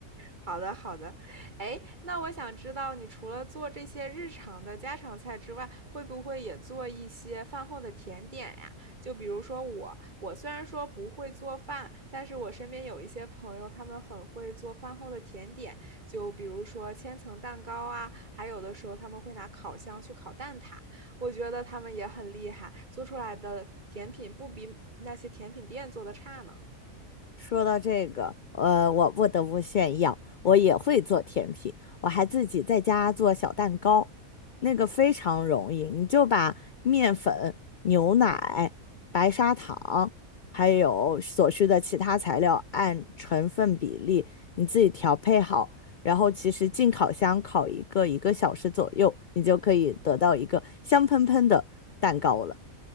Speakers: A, on the right (about 35°); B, on the left (about 85°).
A: 好的，好的。哎，那我想知道，你除了做这些日常的家常菜之外，会不会也做一些饭后的甜点呀？就比如说我，我虽然说不会做饭，但是我身边有一些朋友，他们很会做饭后的甜点，就比如说千层蛋糕啊，还有的时候他们会拿烤箱去烤蛋挞，我觉得他们也很厉害，做出来的甜品不比那些甜品店做的差呢。
B: 说到这个，呃，我不得不炫耀，我也会做甜品，我还自己在家做小蛋糕，那个非常容易，你就把面粉、牛奶、白砂糖，还有所需的其他材料按成分比例你自己调配好，然后其实进烤箱烤一个一个小时左右，你就可以得到一个香喷喷的蛋糕了。